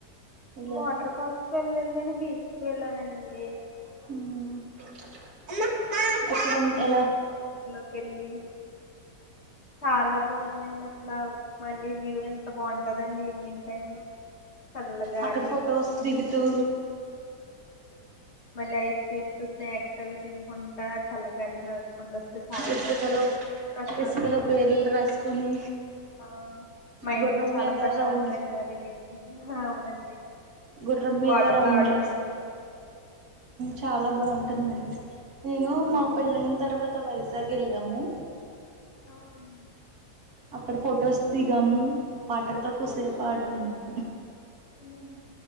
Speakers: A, on the right (about 60°); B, on the left (about 45°).
A: వెళ్ళారా
B: వాటర్ ఫాల్స్ కి వెళ్లేదు గాని బీచ్ వెళ్ళానండి
A: హ ఇక్కడ ఎలా
B: వెళ్లి చాలా బాగుందండి అసలా మళ్ళీ వ్యూ అంత బాగుంటదండి ఈవినింగ్ టైమ్ చల్ల గాలి
A: అక్కడ ఫొటోస్ దిగుతూ
B: మళ్ళీ ఐస్ క్రీమ్స్ స్న్యాక్స్ తగత <unintelligible> వంట చల్లగాలికి నడుచుకుంట వస్తే చాలా
A: ఇసుకలో
B: బాగుంటది ప్రశాంత
A: ఇసుకలో పేర్లు రాసుకొని
B: ఆ మైండ్
A: గుర్రం
B: చాలా
A: మీద
B: ప్రశాంతంగా
A: రౌండ్
B: రిలీఫ్ అవునండి
A: గుర్రం మీద
B: వాటర్తో
A: రౌండ్లేస్
B: ఆడుకుంటూ
A: చాలా బాగుంటుందండి
B: ఆ
A: నేను
B: అవును
A: మా పెళ్ళ అయిన తర్వాత వయసు సగిళ్ళము
B: అవు
A: అక్కడ ఫోటోస్ దిగము పాటర్తో కూసేపు
B: ఉమ్,
A: ఆడుకున్నాము
B: ఉమ్.